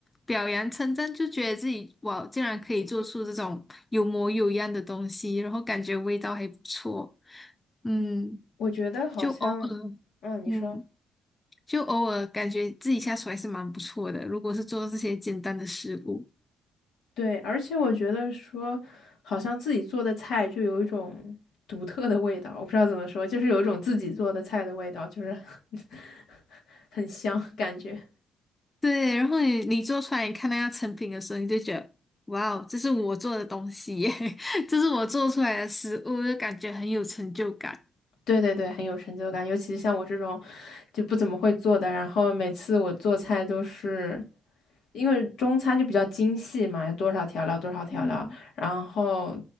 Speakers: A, on the left (about 20°); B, on the left (about 80°).
A: 表扬称赞，就觉得自己哇，竟然可以做出这种有模有样的东西，然后感觉味道还不错，嗯，
B: 我觉得好像，
A: 就偶尔，
B: 嗯，你说
A: 嗯。就偶尔感觉自己下厨还是蛮不错的。如果是做这些简单的食物，
B: 对，而且我觉得说，好像自己做的菜就有一种独特的味道，我不知道怎么说，就是有一种自己做的菜的味道，就是 <laughs> 很香感觉。
A: 对，然后你你做出来，你看那样成品的时候，你就觉得哇哦，这是我做的东西耶，<laughs> 这是我做出来的食物，就感觉很有成就感。
B: 对对对，很有成就感，尤其像我这种就不怎么会做的，然后每次我做菜都是。因为中餐就比较精细嘛，有多少调料多少调料，
A: 嗯，
B: 然后